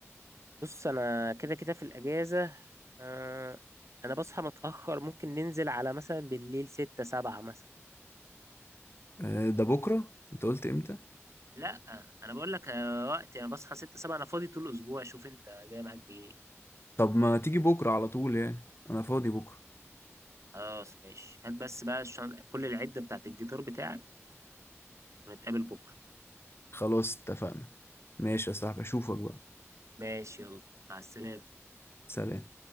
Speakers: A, on the right; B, on the left.
A: بص انا كده كده في الاجازه آه... انا بصحى متاخر ممكن ننزل على مثلا بالليل ستة سبعة مثلا
B: آه، ده بكرة؟ أنت قلت إمتى؟
A: لا انا بقول لك آه، وقتي انا بصحى ستة سبعة انا فاضي طول الاسبوع شوف انت جاي معاك بايه
B: طب ما تيجي بكرة على طول يعني أنا فاضي بكرة
A: خلاص ماشي هات بس بقى الشن... كل العده بتاعت الجيتار بتاعك ونتقابل بكره
B: خلاص اتفقنا ماشي يا صاحبي أشوفك بقى
A: ماشي يلا مع السلامه
B: سلام